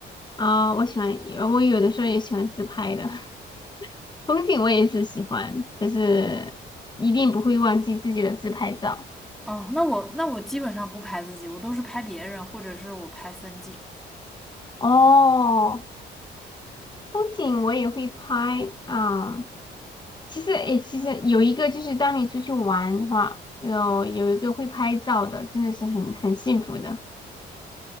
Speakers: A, on the left; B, in the centre.
A: 啊，我喜欢我有的时候也喜欢自拍的，<laughs> 风景我也是喜欢，但是一定不会忘记自己的自拍照。
B: 哦，那我那我基本上不拍自己，我都是拍别人，或者是我拍风景。
A: 哦，风景我也会拍啊、其实，诶，其实有一个就是当你出去玩的话，有有一个会拍照的，真的是很很幸福的，